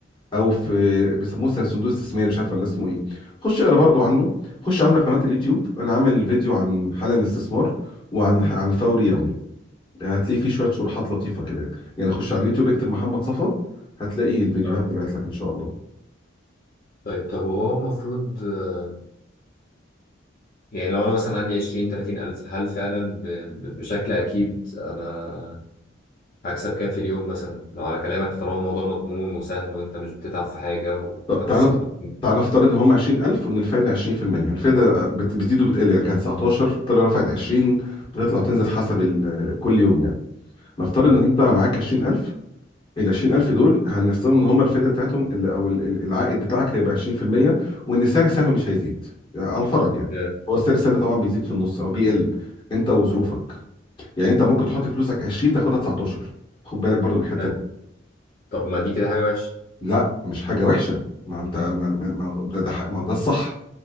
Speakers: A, on the left; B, on the left.
A: او في بيسموه صندوق استثماري مش عارف ولا اسمه ايه خش اقرا برضو عنه خش عندك قناه اليوتيوب انا عامل فيديو عن حالا استثمار وعن عن فوري يومي هتلاقي فيه شويه شروحات لطيفه كده يعني خش على اليوتيوب اكتب محمد صفا هتلاقي الفيديوهات
B: اه
A: طلعت لك ان شاء الله
B: طيب طب هو المفروض آه، يعني لو انا مثلا عندي 20 30 الف هل فعلا ب- ب- بشكل اكيد انا هكسب كام في اليوم مثلا لو على كلامك طالما الموضوع مضمون وسهل وانت مش بتتعب في حاجة وانت
A: طب
B: بس
A: تعالى
B: بت...
A: تعالى نفترض ان هم 20000 وان الفايده 20% الفايده بت- بتزيد وبتقل يعني كانت 19 طلع رفعت 20 بتطلع تنزل حسب ال- كل يوم يعني نفترض
B: اه
A: ان انت معاك 20000 ال 20000 دول هنحسبهم ان هم الفايده بتاعتهم ال- او ال- ال- العائد بتاعك هيبقى 20% وان سعر السهم مش هيزيد يعني على الفرض يعني
B: اه
A: هو سعر السهم طبعا بيزيد في النص او بيقل انت وظروفك يعني انت ممكن تحط فلوسك 20 تاخدها 19 خد بالك برضو من الحته
B: فاهم.
A: دي
B: طب ما دي كده حاجة وحشة
A: لا مش حاجه وحشه ما انت ما ما ما- ده ده ح- ما ده الصح